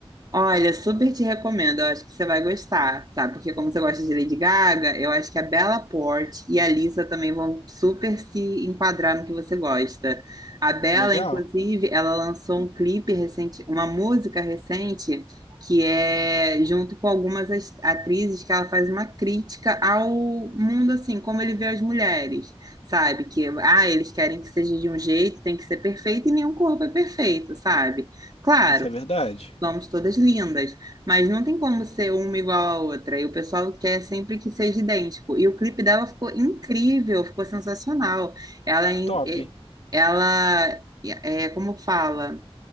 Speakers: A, on the right (about 40°); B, on the left (about 90°).
A: Olha, super te recomendo. Eu acho que você vai gostar, sabe? Porque como você gosta de Lady Gaga, eu acho que a Bella Porte e a Lisa também vão super se enquadrar no que você gosta. A Bella,
B: Legal.
A: inclusive, ela lançou um clipe recente, uma música recente, que é junto com algumas as- atrizes que ela faz uma crítica ao mundo, assim, como ele vê as mulheres, sabe? Que, ah, eles querem que seja de um jeito, tem que ser perfeito e nenhum corpo é perfeito, sabe? Claro,
B: Isso é verdade.
A: Somos todas lindas, mas não tem como ser uma igual à outra. E o pessoal quer sempre que seja idêntico. E o clipe dela ficou incrível, ficou sensacional. Ela, em-
B: Top.
A: eh, ela é, como fala,